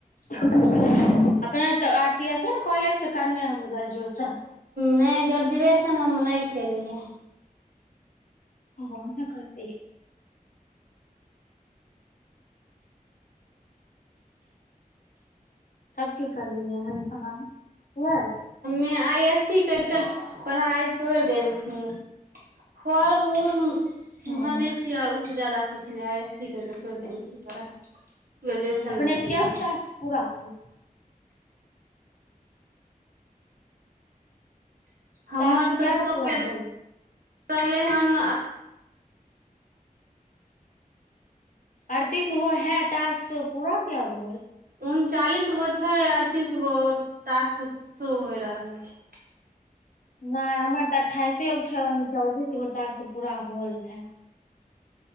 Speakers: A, on the left; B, on the right.
A: अपने त आर- सीएसे ने कॉलेज से करने हेबय ग्रैजुएशन।
B: नै ग्रेजुएशन हम नै केलियै।
A: ओहो नै कर <unintelligible> तब कियो करलिये है <unintelligible>
B: आइ-एस-सी करिके पढ़ाई छोइड़ देेल छियै, फार्म उड़
A: हँ
B: भरने छियै आउ जादा कुछ नै आइ- एस-सी कऽ के छोइड़ देने छी पढ़ाई, ग्रेजुएशन
A: अपने
B: नै केलियै।
A: क्या गो टास्क पूरा करू।
B: हमर
A: टास्क
B: त
A: क्या गो
B: शौके
A: पूरा होल
B: रहलै हन
A: अड़तीसगो है टास्क सो पूरा कै गो होल।
B: उनचालीस गो छैय अड़तीस गो टास्क शो होय रहल छैय।
A: नै हमर त अठाईसेगो छैय चौबीस गो टास्क पूरा होल है।